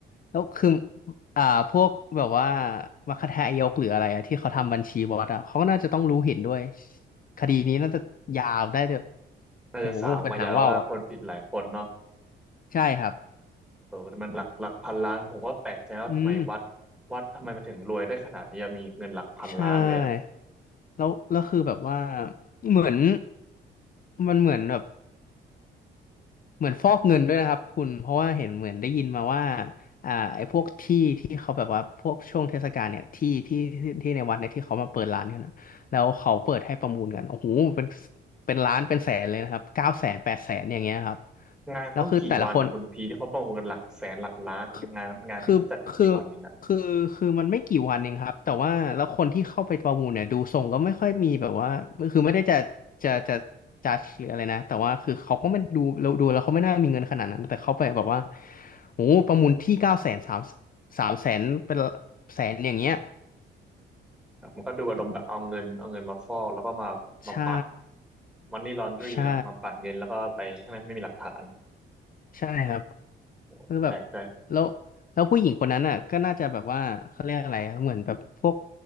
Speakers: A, on the left; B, in the centre.
A: แล้วคืออ่าพวกแบบว่ามัคคทายกหรืออะไรอะที่เขาทำบัญชีบอสอะเขาก็น่าจะต้องรู้เห็นด้วยคดีนี้น่าจะยาวได้เลย
B: น่าจะสาวมายาวว่าคนผิดหลายคนเนาะ
A: โอ้โหเป็นหางว่าวอะใช่ครับ
B: เออแตมันหลักหลักพันล้านผมก็แปลกใจว่าทำไมวัด
A: อืม
B: วัดทำไมมันถึงรวยได้ขนาดนี้อะมีเงินหลักพันล้านเลยอะ
A: ใช่ แล้วแล้วคือแบบว่าเหมือนมันเหมือนแบบเหมือนฟอกเงินด้วยนะครับคุณเพราะว่าเห็นเหมือนได้ยินมาว่าอ่าไอ้พวกที่ที่เขาแบบว่าพวกช่วงเทศกาลเนี่ยที่ที่ที่ที่ในวัดเนี่ยที่เขามาเปิดร้านกันนะแล้วเขาเปิดให้ประมูลกันโอ้โหเป็นเป็นล้านเป็นแสนเลยนะครับเก้าแสนแปดแสน อย่างเงี้ยครับ
B: งานเขากี่วันนะคุณพีที่เขาประมูลกันหลักแสนหลักล้านงานงานที่เขาจัดกี่วันเองนะ
A: แล้วคือแต่ละคน คือคือคือคือมันไม่กี่วันเองครับแต่ว่าแล้วคนที่เข้าไปประมูลเนี่ยดูทรงก็ไม่ค่อยมีแบบว่าคือไม่ได้จะจะจะจัดหรืออะไรนะแต่ว่าคือเขาก็ไม่ดูเราดูแล้วเขาไม่น่ามีเงินขนาดนั้นแต่เขาไปแบบว่าโอ้โหประมูลที่เก้าแสนสามสามแสนเป็นแสนอย่างเงี้ย
B: ครับมันก็ดูอารมณ์แบบเอาเงินเอาเงินมาฟอกแล้วก็มามาปั่น
A: ใช่
B: มันนี่ลอนดรีเนาะมาปั่นเงินแล้วก็ไปให้มันไม่มีหลักฐาน
A: ใช่ ใช่ครับ
B: โอ้โหแปลกใจ
A: คือแบบแล้วแล้วผู้หญิงคนนั้นอ่ะก็น่าจะแบบว่าเขาเรียกอะไรอะเหมือนแบบพวก